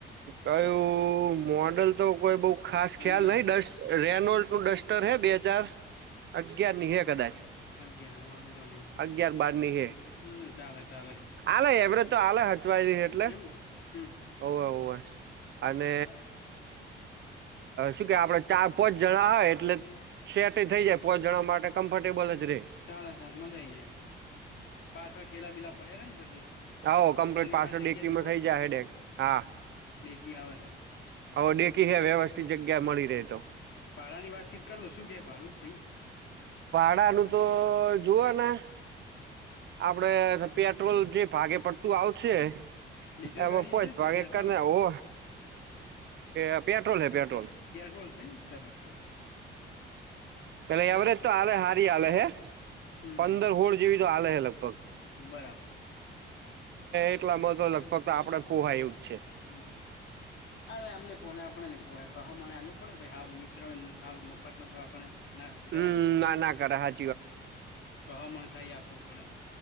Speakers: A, on the right; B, on the left.
A: કયું મોડલ તો કોઈ બઉ ખાસ ખ્યાલ
B: અંદાજ
A: નહિ દસ રેનો ડસ્ટર હે બે હજાર અગિયારની હે કદાચ
B: અગિયાર વાંધો નહી
A: અગિયાર બારની હે
B: ના ના ચાલે ચાલે
A: આલે એવરેજ તો આલે હચવાય એટલે
B: એમ ને હમ.
A: ઓ હો હો અને
B: બરા ચાલ
A: શું કે આપડ ચાર પોચ જણા હોય એટલે સેટ થઈ જાય પોચ જણવા માટે કમ્ફર્ટેબલ જ રે
B: ચાલે ચાલ મજા આઈ પાછળ ઠેલા બીલા પડ્યા ને પછી
A: આવો કમ્પ્લીટ
B: એની
A: પાછસો
B: પાસ જગ્યા
A: ડેકીમાં થઇ જાય ડેકસ હા.
B: ડેકી આવે છે.
A: આવો દેખી હ વ્યવસ્થિત જગ્યા મળી રહે તો
B: પારા ની વાતચીત કરલો શું કે પારું પાઈ?
A: ભડાનું તો જોવાના. આપડે પેટ્રોલ જે ભાગે પડતું આવશે.
B: ડીઝલ
A: એમાં
B: ગાડી
A: પો
B: છે ને કે
A: ભાગ
B: પેટ્રોલ
A: એકને ઓ અ પેટ્રોલ હે પેટ્રો
B: પટ્રોલ છે સર સર.
A: પલે એવરેજ તો આલે હારી આલે હે
B: હમ
A: પંદર
B: હમ
A: હોળ જેવી તો આલે હે.
B: બરાબર
A: એટલા માતો લગભગત આપડે પોહાય એ- -
B: હમ હ અને અમને- - ને આપણે ને કહમા એલવું પણડ મિત્ર મફત મ આપણે ના જવાય
A: હમ ના ના કર હા
B: કહમણ થાય આપવું પડેમ.